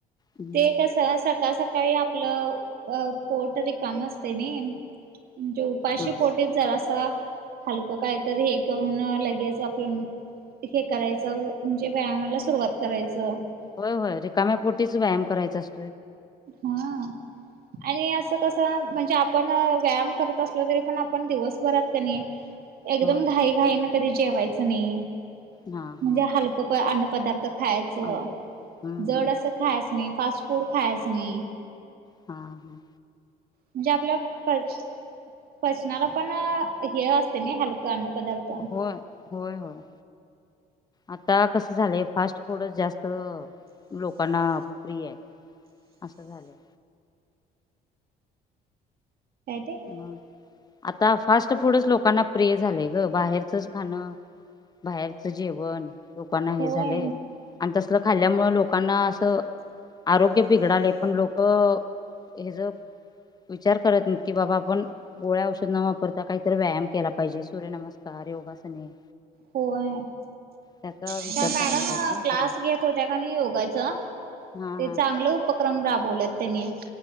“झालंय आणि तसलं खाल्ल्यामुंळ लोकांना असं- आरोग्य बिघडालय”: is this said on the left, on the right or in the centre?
Left